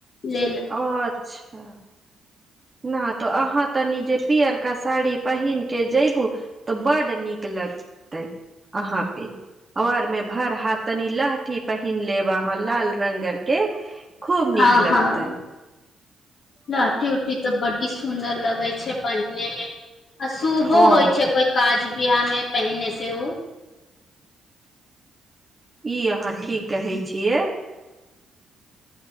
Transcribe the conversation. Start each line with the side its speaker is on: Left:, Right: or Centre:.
Left: लेल
Right: अच्छा ने तऽ अहाँ तनी जे पीयरका साड़ी पहिन के जयबू तऽ बडड नीक लगते अहा पे आार मे भर हाथ तनी लहठी पहन लेबाहा लाल रंगगर के खूब नीक
Left: हँ
Right: लगतै
Left: हँ लाठी उऊठी तऽ बडी सुंदर लगे छै पहिने में आ शुभो
Right: हँ
Left: होइ छै कोई काज बिियाह मे पहिने से ओ
Right: ई अहाँ ठीक कहै छियै